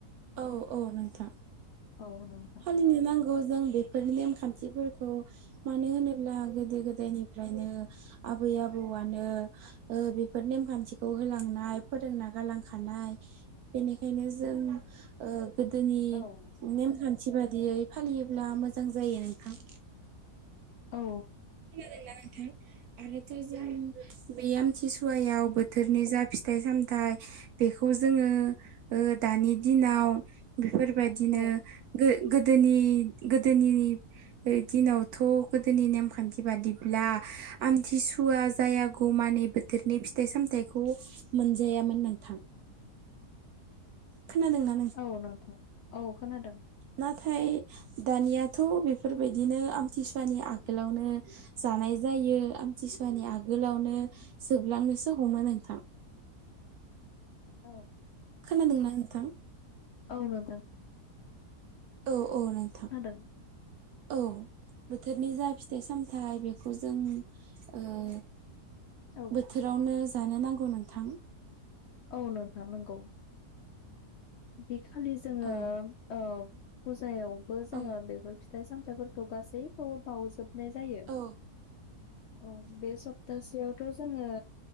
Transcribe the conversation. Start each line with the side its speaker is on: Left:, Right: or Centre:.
Right: औ औ नोंथां।
Left: औ नोंथां।
Right: सोलिनो नांगौ जों बेफोरनि नेमखान्थिफोरखौ मानो होनोब्ला गोदो गोदायनिफ्रायनो आबै आबौआनो ओ बेफोर नेमखान्थिखौ होलांनाय फोरोंना गालांखानाय बेनिखायनो जों ओ गोदोनि
Left: औ नोंथां।
Right: नेमखान्थि बादियै फालियोब्ला मोजां जायो नोंथां।
Left: औ
Right: खोनादों ना नोंथां आरो थ जों बे आमथिसुवायाव बोथोरनि जा फि फिथाइ सामथाइ बेखौ जोङो ओ दानि दिनाव बेफोरबायदिनो
Left: औ
Right: गो-गोदोनि गोदोनि दिनावथ' गोदोनि नेमखान्थि बादिब्ला आमथिसुवा जायागौमानि बोथोरनि फिथाइ सामथाइखौ मोनजायामोन नोंथां। खोनादों ना
Left: औ नोंथां औ खोनादों।
Right: नाथाय दानियाथ' बेफोरबायदिनो आमथिसुवानि आगोलावनो जानाय जायो आमथिसुवानि आगोलावनो जोबलांनोसो हमो नोंथां।
Left: औ
Right: खोनादोंना नोंथां
Left: औ नोंथां।
Right: औ औ नों
Left: खोनादों।
Right: औ बोथोरनि जा फिथाइ सामथाइ बेखौ जों ओं
Left: औ
Right: बोथोरावनो जानो नांगौ नोंथां।
Left: औ नोंथां नंगौ। बेखालि जोङो
Right: औ
Left: ओं फुजायावबो जोङो
Right: औ
Left: बेफोर फिथाइ फिथाइ सामथाइफोरखौ गासैखौबो बाउजोब जायो
Right: औ
Left: औ बे सप्तासेयाव थ जोङो